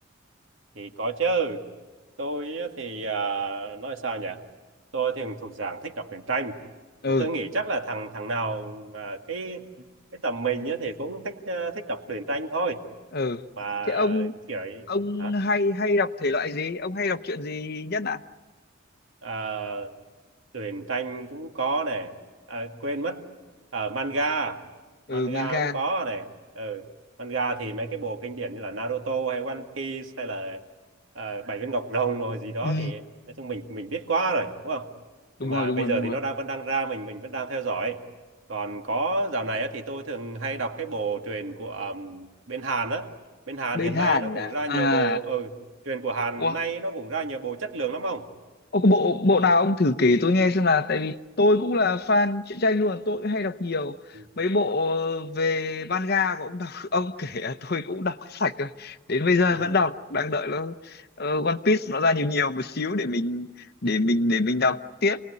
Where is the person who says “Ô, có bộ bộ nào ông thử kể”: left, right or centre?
Left